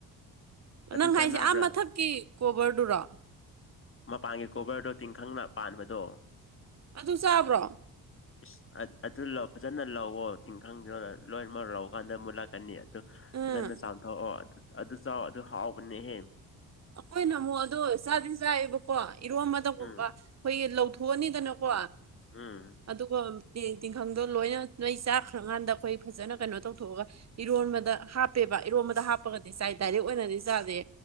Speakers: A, on the left (about 35°); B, on the right (about 45°).
A: ꯑꯗꯨ
B: ꯅꯪ
A: ꯆꯥꯟꯅꯕ꯭ꯔꯥ
B: ꯍꯥꯏꯁꯦ ꯑꯥ ꯃꯊꯛꯀꯤ ꯀꯣꯕꯔꯗꯨꯔꯣ
A: ꯃꯄꯥꯟꯒꯤ ꯀꯣꯕꯔꯗꯣ ꯇꯤꯡꯈꯪꯅ ꯄꯥꯟꯕꯗꯣ
B: ꯑꯗꯨ ꯆꯥꯕ꯭ꯔꯣ
A: ꯏꯁ ꯑꯗꯨ ꯂꯧ ꯐꯖꯅ ꯂꯧꯥꯛꯋꯣ ꯇꯤꯟꯈꯪꯗꯣ ꯂꯣꯏꯅꯃꯛ ꯂꯧꯀꯥꯟꯗ ꯑꯃꯨꯛ ꯂꯥꯛ ꯑꯅꯤ ꯑꯗꯨ
B: ꯎꯝ
A: ꯐꯖꯅ ꯆꯥꯝꯊꯣꯛꯑꯣ ꯑꯗꯨ ꯑꯗꯨ ꯆꯥꯎ ꯑꯗꯨ ꯍꯥꯎꯕꯅꯦꯍꯦ
B: ꯑꯩꯈꯣꯏꯅ ꯑꯃꯨꯛ ꯑꯗꯣ ꯆꯥꯗꯤ ꯆꯥꯏꯌꯦꯕꯀꯣ ꯏꯔꯣꯝꯕꯗꯒꯨꯝꯕ
A: ꯎꯝ
B: ꯑꯩꯈꯣꯏ ꯂꯧꯊꯣꯛꯑꯅꯤꯗꯅꯀꯣ
A: ꯎꯝ
B: ꯑꯗꯨꯒ ꯇꯤꯡꯈꯪꯗꯣ ꯂꯣꯏꯅ ꯅꯣꯏ ꯆꯥꯈ꯭ꯔꯀꯥꯟꯗ ꯑꯩꯈꯣꯏ ꯐꯖꯅ ꯀꯩꯅꯣ ꯇꯧꯊꯣꯛꯑꯒ ꯏꯔꯣꯟꯕꯗ ꯍꯥꯞꯄꯦꯕ ꯏꯔꯣꯟꯕꯗ ꯍꯥꯞꯄꯒꯗꯤ ꯆꯥꯏ ꯗꯥꯏꯔꯦꯛ ꯑꯣꯏꯅꯗꯤ ꯆꯥꯗꯦ